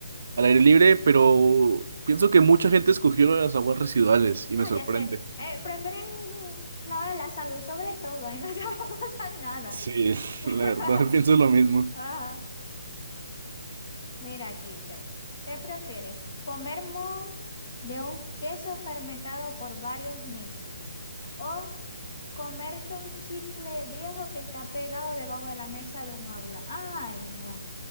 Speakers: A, on the right; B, on the left.
A: al aire libre, pero pienso que mucha gente escogió lo de las aguas residuales y
B: No,
A: me sorprende.
B: ya sé. Eh, prefieren no, la salud sobre todo y <laughs> no te va a pasar nada.
A: Sí, <laughs>
B: <laughs>
A: la verdad, pienso lo mismo.
B: Ajá. Mira aquí dice, ¿qué prefieres? ¿Comer moho de un queso fermentado por varios meses? ¿O comerte un chicle viejo que está pegado debajo de la mesa de un aula? Ay, no.